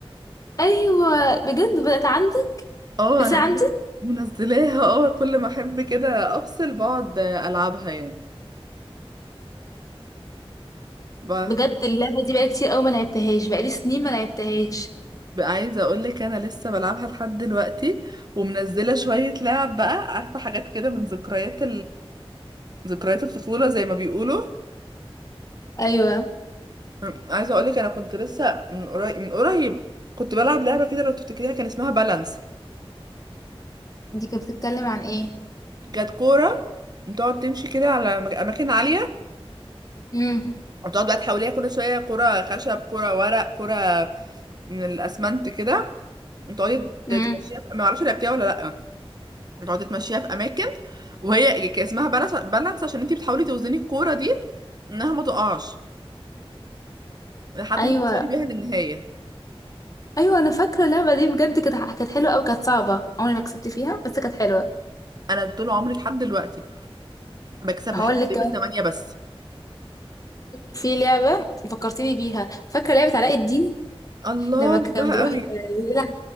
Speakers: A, on the left; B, on the right.
A: ايوه بجد بقت عندك
B: اه
A: لسه
B: انا <laughs> عارفة،
A: عندك
B: منزلاها اه كل ما احب كده افصل بقعد آه، العبها يعني ب-
A: بجد اللعبه دي بقالي كتير قوي ما لعبتهاش بقالي سنين ما لعبتهاش
B: بقى عايزه اقول لك انا لسه بلعبها لحد دلوقتي ومنزله شويه لعب بقى عارفه حاجات كده من ذكريات ذكريات الطفولة زي ما بيقولوا
A: ايوه
B: م- عايزة اقولك انا كنت لسه من قريب من قريب كنت بلعب لعبة كده لو تفتكريها كان اسمها بالانس
A: دي كانت بتتكلم عن ايه
B: كانت كورة بتقعد تمشي كده على مك- اماكن عالية
A: امم
B: وتقعد بقى تحوليها كل شوية كرة خشب كرة ورق كرة من الاسمنت كده وتقعدي تمشيها
A: امم
B: في... ما اعرفش لعبتيها ولا لا وتقعدي تمشيها في اماكن وهي كان اسمها بالانس بالانس عشان انتي بتحاولي توزني الكورة دي انها ما تقعش لحد
A: ايوه
B: ما توصلي بيها للنهاية
A: ايوه انا فاكره اللعبه دي بجد كانت كانت حلوه قوي كانت صعبه عمري ما كسبت فيها بس كانت حلوه
B: انا طول عمري لحد دلوقتي بكسب
A: هقول
B: لحد
A: لك
B: ليفل
A: كمان
B: 8 بس
A: في لعبه فكرتيني بيها فاكره لعبه علاء الدين
B: الله
A: لما
B: بحبها
A: كان بيروح
B: قوي
A: يلعب